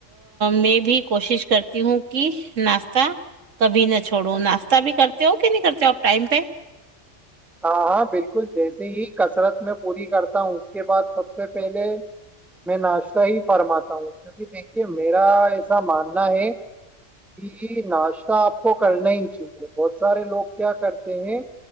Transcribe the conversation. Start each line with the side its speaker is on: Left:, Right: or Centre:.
Right: میں بھی کوشش کرتی ہوں کہ ناشتہ کبھی نہ چھوڑوں ناشتہ بھی کرتے ہو کہ نہیں کرتے ہو آپ ٹائم پہ
Centre: ہاں ہاں بالکل جیسے ہی کثرت میں پوری کرتا ہوں اس کے بعد سب سے پہلے میں ناشتہ ہی فرماتا ہوں کیونکہ دیکھیے میرا ایسا ماننا ہے کہ ناشتہ آپ کو کرنا ہی چاہیے بہت سارے لوگ کیا کرتے ہیں